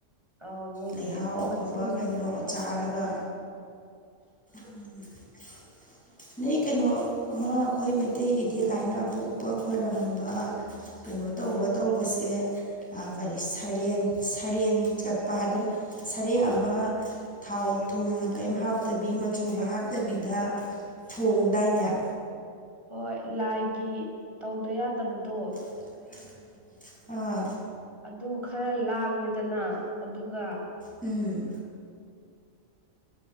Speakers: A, on the right; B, in the centre.
A: ꯑꯥꯎ ꯃꯣꯏꯗꯤ
B: ꯂꯩꯍꯥꯎ ꯑꯐꯕ
A: ꯃꯆꯤꯟ
B: ꯀꯩꯅꯣ ꯆꯥꯔꯒ ꯎꯝ ꯅꯩ ꯀꯩꯅꯣ ꯑꯃ ꯑꯩꯈꯣꯏ ꯃꯩꯇꯩꯒꯤꯗꯤ ꯂꯥꯏꯅ ꯄꯣꯛꯄ ꯈꯣꯏꯔꯝꯕ ꯀꯩꯅꯣ ꯇꯧꯕ ꯇꯧꯕꯁꯦ ꯀꯔꯤ ꯁꯔꯦꯡ ꯁꯔꯦꯡ ꯀꯠꯄ ꯍꯥꯏꯕ ꯁꯔꯦꯡ ꯑꯃ ꯊꯥꯎ ꯊꯨꯝ ꯀꯔꯤꯝ ꯍꯥꯞꯇꯕꯤ ꯃꯆꯨꯒ ꯍꯥꯞꯇꯕꯤꯗ ꯊꯣꯡꯗꯥꯏꯅꯦ
A: ꯍꯣꯏ ꯂꯥꯏꯒꯤ ꯇꯧꯗ ꯌꯥꯗꯕꯗꯣ
B: <unintelligible> ꯑꯥ
A: ꯑꯗꯨ ꯈꯔ ꯂꯥꯡꯉꯦꯗꯅ ꯑꯗꯨꯒ
B: ꯎꯝ